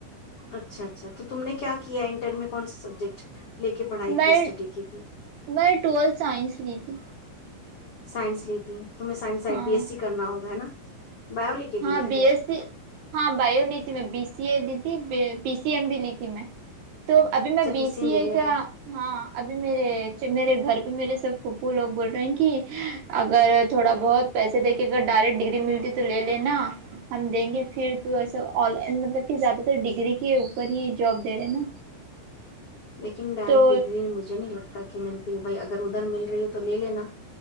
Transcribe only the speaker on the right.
میں
میں ٹویلتھ سائنس لی تھی
ہاں
ہاں
بی
ایس سی ہاں بائیولی ت میں بی س سیے لی تھی پی سی ایم بھی لی تھی میں تو ابھی
میں بی
سی
ا کا
ہاں ابھی میرے میرے گھر پہ میرے سب خوپو لو بول رہے ہیں کہ اگر تھوڑا بہت پیسے د کے اگر ڈائریکٹ ڈگری ملتی تو لے ل نا ہم دیں گے پھر تو ایسا آ لائن مطلب کہ زیادہ تر ڈگری کے اوپر ہی جاب دے رہے نا
تو